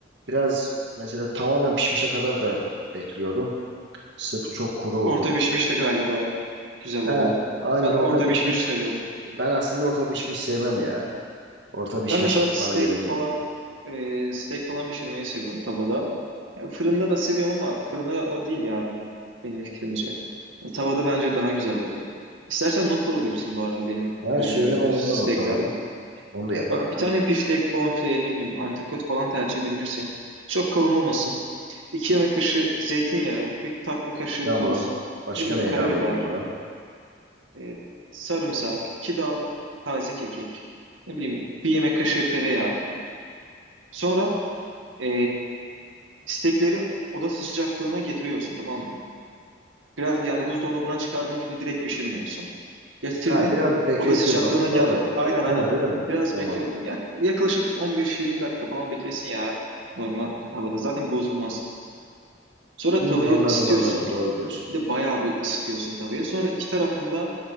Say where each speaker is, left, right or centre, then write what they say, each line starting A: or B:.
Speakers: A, on the right; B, on the right.
A: biraz mesela tamamen pişmişe kadar da bekliyordum. Sırf çok kuru oluyordu.
B: Orta pişmiş de galiba güzel oluyor.
A: Ha, aynen
B: Ben
A: orta
B: orta
A: pişmiş.
B: pişmiş seviyorum.
A: Ben aslında orta pişmiş sevmem ya. Orta pişmiş
B: Ben mesela steak
A: bana göre değil.
B: falan e, steak falan pişirmeyi seviyorum tavada. Ya fırında da seviyorum ama fırında o değil ya benim fikrimce. Tavada bence daha güzel oluyor. İstersen not da alabilirsin bu arada benim
A: Ha, söyle ben onu
B: e, steak
A: da not alayım.
B: tarifim.
A: Onu da yaparım
B: Bak bir
A: ben.
B: tane biftek, bonfile, ne bileyim antrikot falan tercih edebilirsin. Çok kalın olmasın. 2 yemek kaşığı zeytinyağı, bir tatlı kaşığı
A: Tamam.
B: tuz,
A: Başka
B: ne bileyim
A: ne
B: karabiber,
A: ilave edeyim ona?
B: e, sarımsak, 2 dal taze kekik, ne bileyim bir yemek kaşığı tereyağı. Sonra e, istekleri oda sıcaklığına getiriyorsun tamam mı? Biraz yani buzdolabından çıkardığın gibi direkt pişirmiyorsun. Getirdin
A: Ha, biraz bekletiyoruz
B: oda sıcaklığına
A: onu
B: geldi.
A: sonra pişiriyoruz.
B: Aynen aynen.
A: Ha, öyle mi?
B: Biraz
A: Tamam.
B: bekliyordun. Yak- yaklaşık 15-20 dakika falan beklesin ya normal havada. Zaten bozulmaz. Sonra
A: Hmm,
B: tavayı
A: anladım
B: ısıtıyorsun.
A: anladım. Doğru diyorsun.
B: Bir de bayağı bir ısıtıyorsun tavayı. Sonra iki tarafında